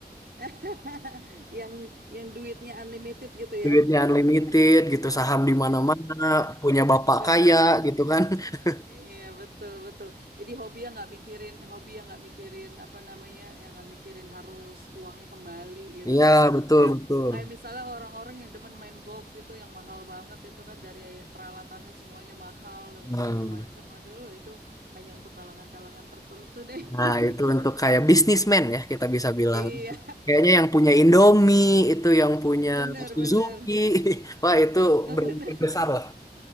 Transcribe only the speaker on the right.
<laughs> Yang yang duitnya unlimited gitu ya.
Betul.
Iya, betul, betul. Jadi hobi yang nggak mikirin, hobi yang nggak mikirin apa namanya, yang nggak mikirin harus uangnya kembali gitu
kan.
Kayak
kayak misalnya orang-orang yang demen main golf itu yang mahal banget itu kan dari peralatannya semuanya mahal dan
segala macam. Aduh, itu hanya untuk kalangan-kalangan tertentu deh.
<laughs>
Iya,
<laughs> bener,
bener.
<laughs>
Bener.